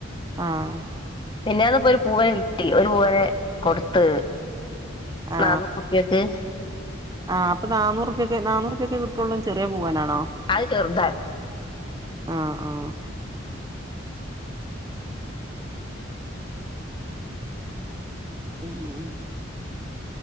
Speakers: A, on the right (about 20°); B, on the left (about 25°).
A: ആഹ്
B: മിന്നാന്ന് ഇപ്പൊ ഒരു പൂവനെ വിട്ട് ഒരു പൂവനെ കൊടുത്ത്.
A: ആ
B: നാന്നൂറുപ്യക്ക്
A: ആ അപ്പൊ നാന്നൂറ് നാന്നൂറുപ്പിയൊക്കെ കിട്ടുള്ളു ചെറിയ പൂവനാ
B: അത് ചെർതാർ
A: ആ ആ <unintelligible>